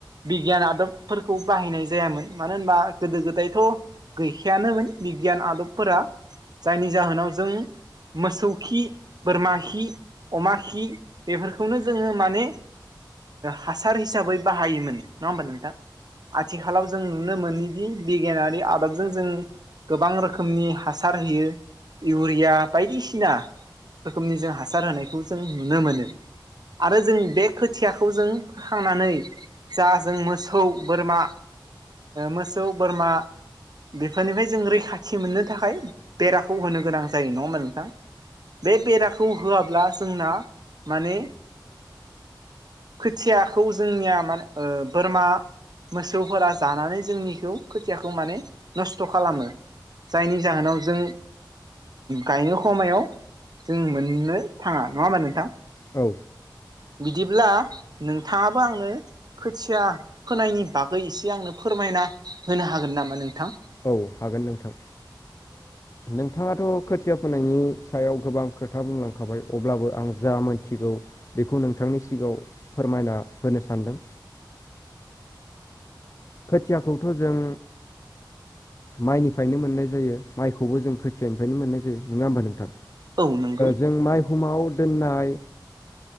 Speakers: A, on the right (about 55°); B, on the left (about 40°).
A: बिगियान आदबफोरखौ बाहायनाय जायामोन मानो होनबा गोदो गोदायथ' गैखायानोमोन बिगियान आदबफोरा। जायनि जाहोनाव जों मोसौ खि बोरमा खि अमा खि बेफोरखौनो जोङो माने हासार हिसाबै बाहायोमोन नङा होमबा नोंथां आथिखालाव जों नुनो मोनोदि बिगियानारि आदबजों जों गोबां रोखोमनि हासार होयो। इउरिया बायदिसिना रोखोमनि जोंहा हासार होनायखौ जों नुनो मोनो। आरो जों बे खोथियाखौ जों फोखांनानै जा जों मोसौ बोरमा मोसौ बोरमा बेफोरनिफ्राय जों रैखाथि मोननो थाखाय बेराखौ होनो गोनां जायो नङा होनबा नोंथां। बे बेराखौ होआब्ला जोंना माने खोथियाखौ जोंनिया मान बोरमा मोसौफोरा जानानै जोंनिखौ खोथियाखौ माने नस्थ' खालामो। जायनि जाहोनाव जों गायनो समायाव जों मोननो। थाङा नङा होमबा नोंथां
B: औ
A: बिदिब्ला नोंथाङाबो आंनो खोथिया फोनायनि बागै एसे आंनो फोरमायना होनो हागोन नामा नोंथां?
B: औ हागोन नोंथां नोंथाङाथ' खोथिया फोनायनि सायाव गोबां खोथा बुंलां खाबाय अब्लाबो आं जा मोनथिगौ बेखौ नोंथांनि सिगाङाव फोरमायना होनो सानदों। खोथियाखौथ' जों माइनिफ्रायनो मोननाय जायो माइखौबो जों खोथियानिफ्रायनो मोननाय जायो नङा होमबा नोंथां।
A: औ नंगौ
B: जों माइहुमाव दोननाय